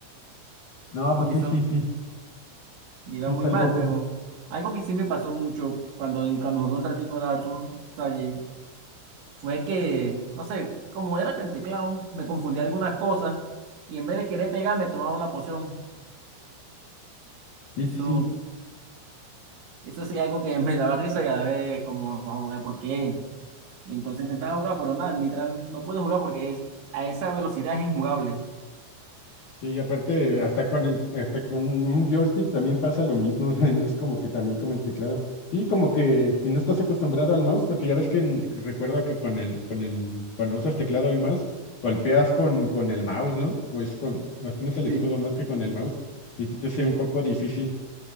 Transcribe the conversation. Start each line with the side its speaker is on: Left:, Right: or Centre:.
Left: No, pues
Right: Y
Left: sí,
Right: eso
Left: sí, sí.
Right: me iba
Left: Sí
Right: muy
Left: es algo,
Right: mal, pero
Left: mm,
Right: algo que sí me pasó mucho cuando, cuando jugué un ratico Dark Souls, o sea, y fue que, no sé, como era con el teclado, me confundí algunas cosas y en vez de querer pegar me tomaba una poción.
Left: sí,
Right: Eso,
Left: sí, sí.
Right: eso sí algo que me daba risa y a la vez como, no, ¿por qué? Y entonces intentaba jugar, pero nada, en Nitran no pude jugar porque es, a esa velocidad es injugable.
Left: Y aparte, hasta con el, hasta con un joystick también pasa lo mismo, <laughs> no es como que también como el teclado. Y como que si no estás acostumbrado al mouse, porque ya ves que, en- que recuerdo que con el, con el, cuando usas teclado y mouse, golpeas con, con el mouse, ¿no? O es con, no tienes el
Right: Sí,
Left: escudo más que con el mouse, y sí te hace
Right: sí.
Left: un poco difícil.